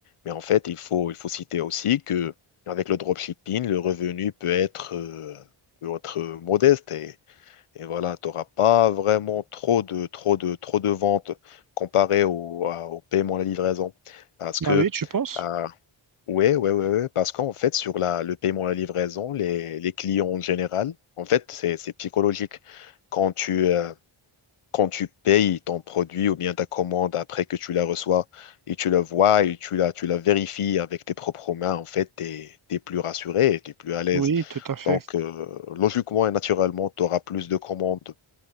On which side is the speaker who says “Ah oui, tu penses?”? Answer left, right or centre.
Right